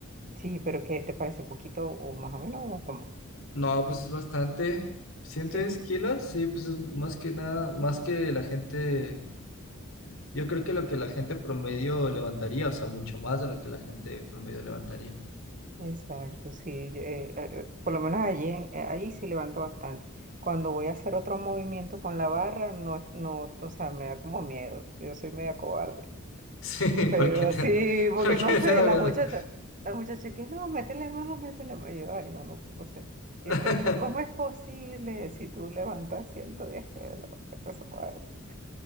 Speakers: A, on the right (about 35°); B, on the left (about 65°).
A: Sí, pero ¿qué te parece poquito o más o menos o cómo?
B: no, pues es bastante. ciento
A: Sí,
B: diez kilos, sí, pues es más que nada, más que la gente, yo creo que lo que la gente promedio levantaría, o sea, mucho más de lo que la gente promedio levantaría. <laughs>
A: exacto, sí. yo, eh, eh, eh, por lo menos allí, en- eh, ahí sí levanto bastante. Cuando voy a hacer otro movimiento con la barra, no, es- no, o sea, me da como miedo. Yo soy media cobarde.
B: Sí,
A: Pero
B: porque te,
A: sí,
B: <laughs>
A: porque
B: porque
A: no sé,
B: te da
A: las
B: miedo.
A: muchachas, las muchachas que no, métele más, métele más. Y yo, ay, no, no, no sé.
B: <laughs>
A: Y después dice, ¿cómo es posible si tú levantas 110 kilos de peso muerto?